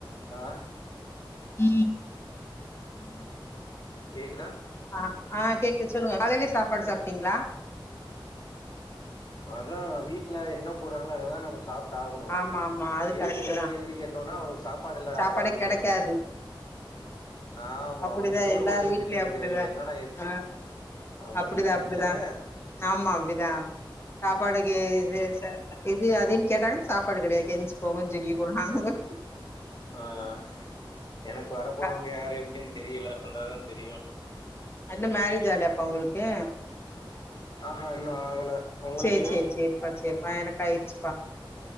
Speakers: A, on the left; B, on the left.
A: அ
B: <inaudible>
A: கேக்குதா
B: ஆ ஆ கேக்குது சொல்லுங்க காலையிலே சாப்ப சாப்பாடு சாப்பிட்டீங்களா
A: அதா வீட்டுல என்ன போடுறாங்களோ அததா நம்ம சாப்பிட்டு ஆகணு
B: ஆமா ஆமா அது
A: எதுத்து
B: கரெக்ட்
A: ஏதாவது
B: தா
A: கேள்வி கேட்டு கேட்டேனா உனக்கு சாப்பாடு இல்லாடா
B: சாப்பாடே
A: போடான்வாங்க
B: கெடைக்காது
A: ஆமா
B: அப்டிதா
A: உனக்கு சோறு
B: எல்லார்
A: போடுறதே
B: வீட்லயு
A: பெரிய விஷய
B: அப்டிதா
A: இதுல என்னடா எதுத்
B: ஆ
A: ஆமா
B: அப்டிதா
A: நீங்களும்
B: அப்டிதா
A: அப்படித்தான
B: ஆமா அப்படிதா சாப்பாடுக்கு இது இது அ அப்டின்னு கேட்டங்கன்னா சாப்பாடு கிடையாது எஞ்சு போங்கன்னு சொல்லிடுவோ நாங்கலு
A: ஆஹ் எனக்கு வர போறவங்க
B: க
A: யாரு எப்டின் தெரியல வந்தாதா தெரியும்
B: அன்னும் மேரேஜ் ஆலாயாப்பா உங்களுக்கு
A: ஆஹ்ஹா இன்னு ஆகல உங்களுக்கு
B: சேர் சேர் சேர்ப்பா சேர்ப்பா எனக்கு ஆயிடுச்சு